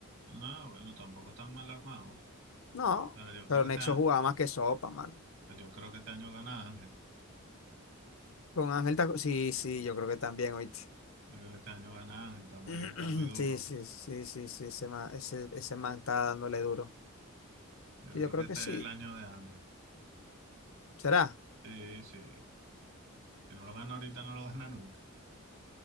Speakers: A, on the right; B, on the left.
A: No, bueno, tampoco están mal armados.
B: No,
A: Pero yo
B: pero
A: creo que
B: Nexo
A: este,
B: jugaba más que Sopa, mano.
A: yo creo que este año gana Ángel.
B: Con Ángel Taco. Sí, sí, yo creo que también, oíste.
A: Yo creo que este año gana Ángel, está muy,
B: <clears throat>
A: está muy duro.
B: Sí, sí, sí, sí, sí, ese man, ese, ese man está dándole duro.
A: Yo
B: Sí,
A: creo
B: yo creo
A: que este
B: que sí.
A: es el año de Ángel.
B: ¿Será?
A: Sí, sí. Si no lo gana ahorita, no lo <laughs> gana nunca.